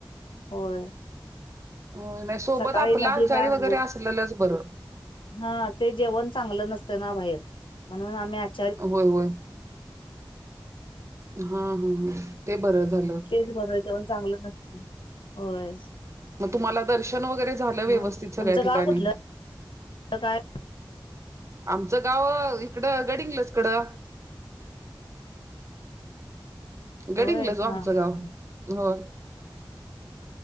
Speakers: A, on the left (about 90°); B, on the right (about 35°).
A: होय
B: होय नाही सोबत
A: सकाळी
B: आपलं
A: नदीला
B: आचारी
A: आंघोळ
B: वगैरे असलेलंच बरं
A: हा ते जेवण चांगलं नसत ना बाहेर म्हणून आम्ही आचा
B: होय, होय हा, हा ह ते बरं झालं
A: तेच बर जेवण चांगल नसतय होय
B: मग तुम्हाला दर्शन वगैरे झालं व्यवस्थित
A: मग
B: सगळ्या
A: तुमचं गाव
B: ठिकाणी
A: कुठलं काय
B: आमचं गाव इकडं गडहिंग्लज कडं गडिंगलज
A: होय
B: ओ
A: हा,
B: आमचं गाव
A: हा
B: होय